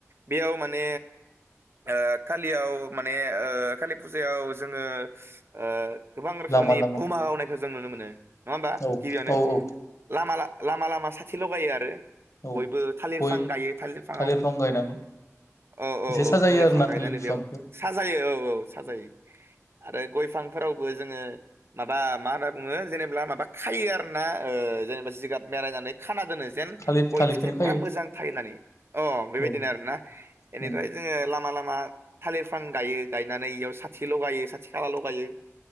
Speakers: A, on the right (about 50°); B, on the left (about 65°).
A: बेयाव माने ओ खालियाव माने ओ कालि फुजायाव जोङो ओ गोबां रोखोमनि
B: लामा लामा
A: बमा गावनायखौ जों नुनो मोनो ।
B: औ
A: गिबियावनो
B: औ औ
A: लामा ला-लामा ला मा साथि लगायो आरो ।
B: औ
A: बयबो थालिरफां
B: गय
A: गायो थालिरफांङाव
B: थालिर बिफां गायनानै
A: औ औ
B: एसे
A: औ
B: साजायो
A: थालिरफां
B: आरोना
A: गायनानै
B: थालिर बिफांखौ
A: बेयाव साजायो औ औ साजायो आरो गयफांफोरावबो जोङो माबा मा होनना बुङो जेनेब्ला माबा खायो आरोना ओ जेनेबा जिगाब बेरायनानै खाना जेन
B: थालिर
A: गय
B: थालिरखौनो
A: फिथाइफोरा
B: खायो
A: मोजां थायो होननानै अ' बेबायदिनो
B: औ
A: आरोना बेनिफ्राय
B: उम
A: जोंङो लामा लामा मा थालिर फां गायो गायनानै इयाव साथि ल'गायो साथि खाला ल'गायो ।